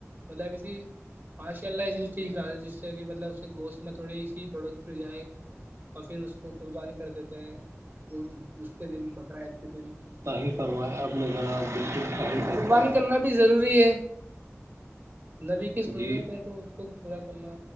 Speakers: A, on the right (about 40°); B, on the right (about 75°).
A: مطلب اسی ماشاء اللہ ایسیی چیز کھلاتے ہیں جس سے کہ مطلب اسس گوشت میں تھوڑی سی بڑھت ہو جائے اور پھر اس کو قربانی کر دیتے ہیں وہ اس کے دن بقر عید کے دن
B: ت ہی فرمائے آپ نے ذناب بالکل صحیح فرمایا
A: قربانی کرنا بھی ضروری ہے نبی کی سنت
B: جی
A: ہے تو اس کو پورا کرنا